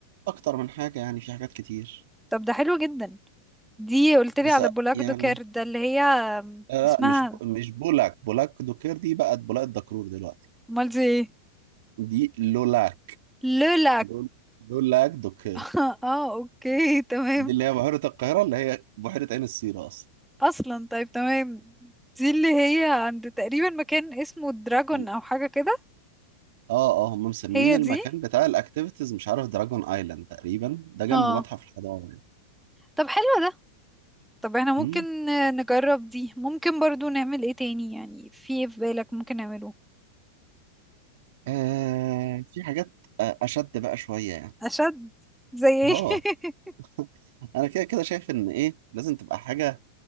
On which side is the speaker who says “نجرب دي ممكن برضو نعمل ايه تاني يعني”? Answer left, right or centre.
Centre